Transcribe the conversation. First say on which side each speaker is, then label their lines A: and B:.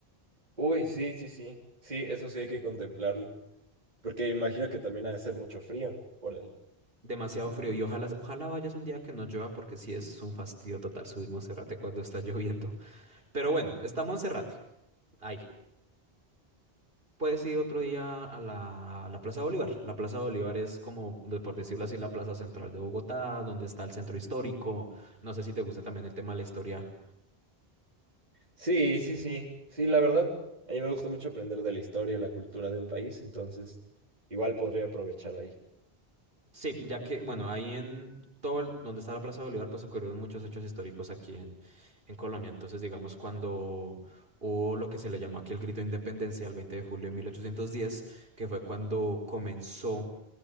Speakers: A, on the right; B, on the right.
A: Uy, sí, sí, sí. Sí, eso sí hay que contemplarlo. Porque imagino que también ha de ser mucho frío por ahí.
B: Demasiado frío y ojalá, ojalá vayas un día que no llueva porque sí es un fastidio total subir Monserrate cuando está <laughs> lloviendo. Pero bueno, está Monserrate. Ahí. Puedes ir otro día a la, a la Plaza Bolívar. La Plaza Bolívar es como, de- por decirlo así, la plaza central de Bogotá, donde está el centro histórico. No sé si te gusta también el tema de la historia.
A: Sí, sí, sí, sí, la verdad. A mí me gusta mucho aprender de la historia y la cultura de un país, entonces igual podría aprovechar ahí.
B: Sí, ya que, bueno, ahí en todo el- donde está la Plaza Bolívar, pues ocurrieron muchos hechos históricos aquí en, en Colombia. Entonces, digamos, cuando hubo lo que se le llama aquí el grito de independencia el 20 de julio de 1810, que fue cuando comenzó